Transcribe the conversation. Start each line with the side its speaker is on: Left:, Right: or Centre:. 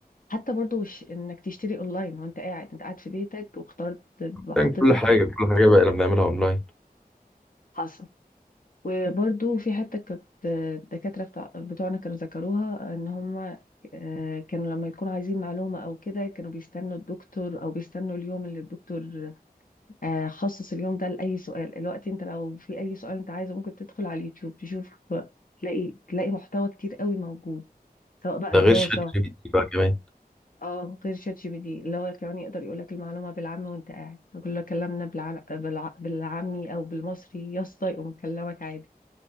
Left: حتى برضو ش- إنك تشتري أونلاين وأنت قاعد أنت قاعد في بيتك واخترت وحطيت
Centre: يعني كل
Left: ال-
Centre: حاجه كل حاجه بقى اللي بنعملها اونلاين
Left: حصل وبرضو في حتة كانت الدكاترة بتاع بتوعنا كانوا ذكروها ان هم آه، كانوا لما يكونوا عايزين معلومة او كده كانوا بيستنوا الدكتور او بيستنوا اليوم اللي الدكتور آه، خصص اليوم ده لأي سؤال الوقت انت لو في اي سؤال انت عايزه ممكن تدخل على اليوتيوب تشوف تلاقي تلاقي محتوى كتير قوي موجود سواء بقى
Centre: ده
Left: دراسة
Centre: غير شات جي بي تي بقى كمان
Left: اه غير شات جي بي دي اللي هو كمان يقدر يقول لك المعلومة بالعامي وانت قاعد كلنا كلامنا بالع... بالع... بالعامي او بالمصري يا اسطى يقوم مكلمك عادي